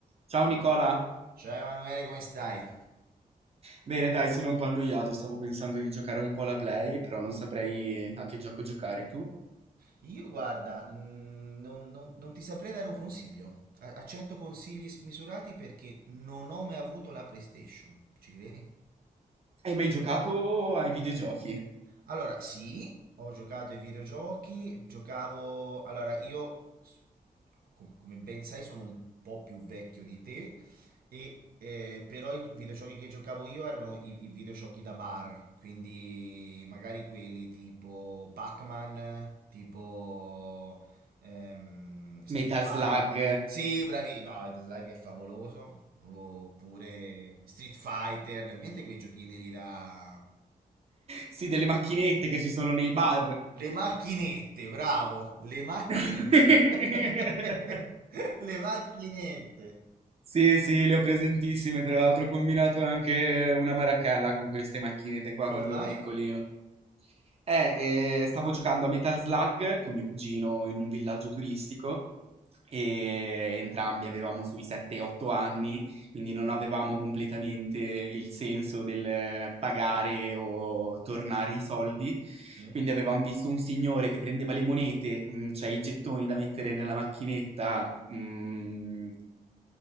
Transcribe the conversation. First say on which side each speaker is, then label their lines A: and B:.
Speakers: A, on the right; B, on the right.
A: Ciao
B: Ema-
A: Nicola!
B: Ciao Emanuele, come stai?
A: Bene, dai, sono un po' annoiato, stavo pensando di giocare un po' alla Play, però non saprei a che gioco giocare tu.
B: Io guarda, mm, non, non- non ti saprei dare un consiglio. A- Accetto consigli smisurati perché non ho mai avuto la PlayStation. Ci credi?
A: Hai mai giocato ai videogiochi?
B: Allora, sì, ho giocato ai videogiochi, giocavo... Allora, io, s- com- come ben sai, sono un po' più vecchio di te, e, eh, però i videogiochi che giocavo io erano i, i videogiochi da bar, quindi magari quelli tipo Pac-Man, tipo ehm, Street
A: Metal
B: Fighter.
A: Slug?
B: Sì, bravi, no, il Like è favoloso, oppure Street Fighter, le mente quei giochini lì da...
A: Sì, delle macchinette che ci sono nei bar.
B: Le macchinette, bravo, le macchinette.
A: <laughs>
B: <laughs> Le macchinette.
A: Sì, sì, le ho presentissime, tra l'altro
B: Eh,
A: ho combinato anche una maracalla con queste macchinette qua
B: Come
A: quando
B: mai?
A: ero piccolino. Eh, eh, stavo giocando a Metal Slug con mio cugino in un villaggio turistico e entrambi avevamo sui 7-8 anni, quindi non avevamo completamente il senso del eh, pagare o tornare i soldi.
B: Mm,
A: Quindi avevamo visto un signore che prendeva le monete, mm, cioè i gettoni da mettere nella macchinetta, mm,